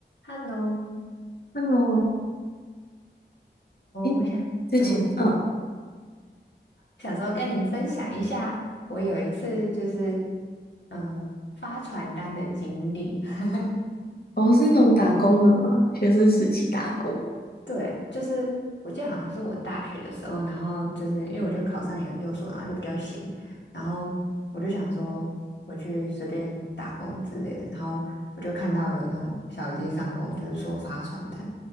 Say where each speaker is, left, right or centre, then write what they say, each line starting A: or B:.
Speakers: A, on the left; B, on the left.
A: Hello，Hello，
B: Hello，哎，
A: 我想，
B: 之前啊，
A: 嗯，想说跟你分享一下，我有一次就是，嗯、发传单的经历。<laughs>
B: 哦，是那种打工的嘛，学生时期打工。
A: 对，就是我记得好像是我大学的时候，然后就是因为我就考上研究所，然后就比较闲，然后我就想说我去随便打工之类的，然后我就看到有那种小鸡上工，就是说发传单，